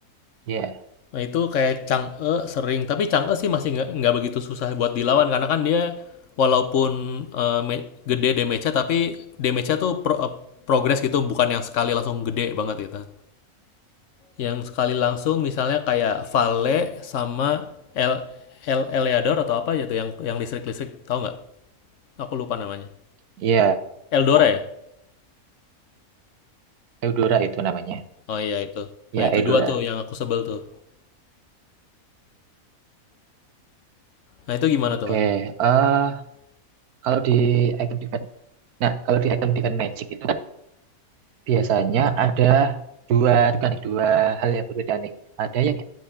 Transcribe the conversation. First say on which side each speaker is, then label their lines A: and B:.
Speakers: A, on the right (about 85°); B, on the left (about 60°).
A: Ya,
B: Nah itu kayak Chang'e sering, tapi Chang'e sih masih nggak nggak begitu susah buat dilawan karena kan dia walaupun eh, me- gede damage-nya tapi damage-nya tuh pro- eh, progress gitu bukan yang sekali langsung gede banget gitu. Yang sekali langsung misalnya kayak Vale sama El El Eleador atau apa gitu yang yang listrik-listrik tahu nggak? Aku lupa namanya.
A: ya,
B: Eldora ya?
A: Eudora itu namanya.
B: Oh iya itu.
A: Ya,
B: Nah itu
A: Eudora.
B: dua tuh yang aku sebel tuh. Nah, itu gimana
A: Oke,
B: tuh, Mas?
A: eh kalau di item defense Nah, kalau di item Divine Magic itu kan biasanya ada dua juga nih, dua hal yang berbeda nih. Ada yang